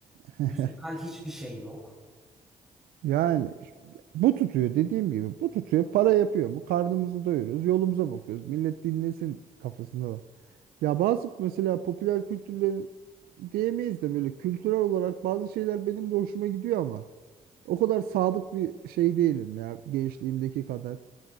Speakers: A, on the right; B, in the centre.
A: <laughs>
B: Müzikal hiçbir şey yok.
A: Yani ş- bu tutuyor dediğim gibi bu tutuyor para yapıyor mu karnımızı doyuruyoruz yolumuza bakıyoruz millet dinlesin kafasında da. Ya bazı mesela popüler kültürlerin diyemeyiz de böyle kültürel olarak bazı şeyler benim de hoşuma gidiyor ama o kadar sadık bir şey değilim ya gençliğimdeki kadar.